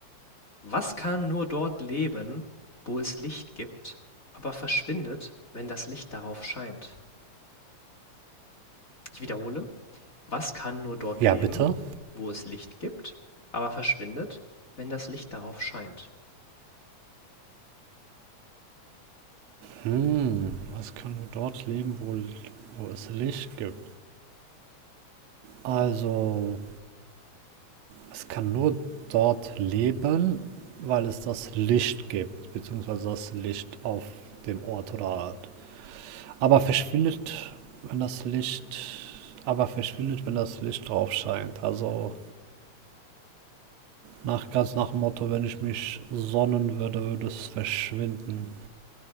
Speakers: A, on the left (about 35°); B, on the right (about 70°).
A: was kann nur dort leben, wo es Licht gibt, aber verschwindet, wenn das Licht darauf scheint? Ich wiederhole, Was kann nur dort
B: Ja,
A: leben,
B: bitte?
A: wo es Licht gibt, aber verschwindet, wenn das Licht darauf scheint?
B: Hm, was kann nur dort leben, wo, wo es Licht gibt? Also, es kann nur dort leben, weil es das Licht gibt, beziehungsweise das Licht auf dem Ort oder Art. Aber verschwindet, wenn das Licht, aber verschwindet, wenn das Licht drauf scheint. Also, nach, ganz nach dem Motto, wenn ich mich sonnen würde, würde es verschwinden.